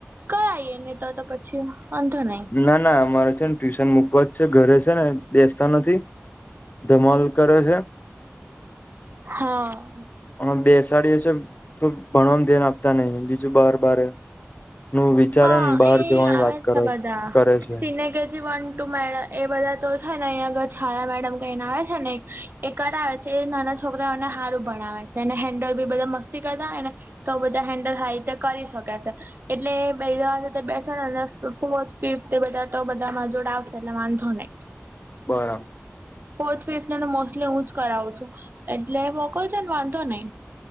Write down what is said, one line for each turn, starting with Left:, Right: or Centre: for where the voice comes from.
Right: ક આવી નને તો તો પછી વાંધો નહી
Left: ના ના અમારો ટ્યુશન મૂકવા જ છે ઘરે છે ને બેસતા નથી ધમાલ કરે છે
Right: હા.
Left: અને બેસાડીએ છે તો ભણવામાં ધ્યાન આપતા નય બીજું બાર બારે. નું વિચારે
Right: હા
Left: ને બહાર
Right: એ
Left: જવાની
Right: આવે
Left: વાત કરે
Right: છે બધા
Left: કરે છે
Right: સિને કેજી વન તુમેડા એ બધા તો છેને અહીંયા આગળ છાયા મેડમ કરીને આવે છેને એ કરાવે છે. એ નાના છોકરાઓને હારું ભણાવે છે અને હેન્ડલ બી બધા મસ્તી કરતા હોય ને તો બધા હેન્ડલ હ કરી શકે છે એટલે. બે જવા બેસે ને ફોર્થ ફિફ્થ બધા તો બધામાં જોડ આવશે એટલા વાંધો નહી.
Left: બરાબ.
Right: ફોર્થ ફિફ્થને તો મોસ્ટલી હું જ કરાવું છું એટલે મોકો છેને વાંધો નય.